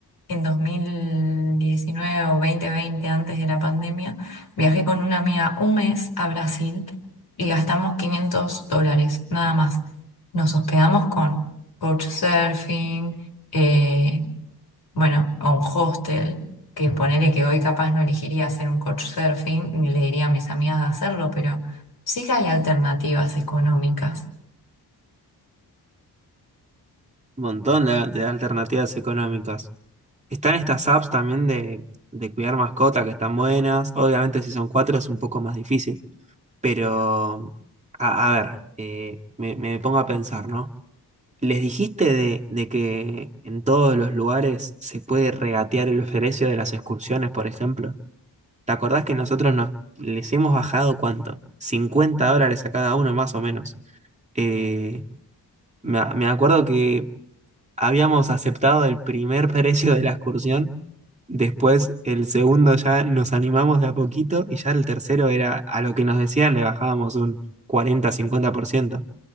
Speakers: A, on the left; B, on the right.
A: en 2019 o dos mil veinte antes de la pandemia, viajé con una amiga un mes a Brasil y gastamos 500 dólares, nada más. Nos hospedamos con couchsurfing, eh, bueno, o un hostel, que ponele que hoy capaz no elegiría hacer un couchsurfing, ni le diría a mis amigas de hacerlo, pero sí que hay alternativas económicas.
B: Un montón de, de alternativas económicas. Están estas apps también de, de cuidar mascotas que están buenas. Obviamente si son cuatro es un poco más difícil. Pero, a, a ver, eh, me, me pongo a pensar, ¿no? ¿Les dijiste de, de que en todos los lugares se puede regatear el precio de las excursiones, por ejemplo? ¿Te acordás que nosotros nos, les hemos bajado cuánto? 50 dólares a cada uno, más o menos. Eh, me, me acuerdo que habíamos aceptado el primer precio de la excursión, después el segundo ya nos animamos de a poquito y ya el tercero era a lo que nos decían le bajábamos un cuarenta-cincuenta por ciento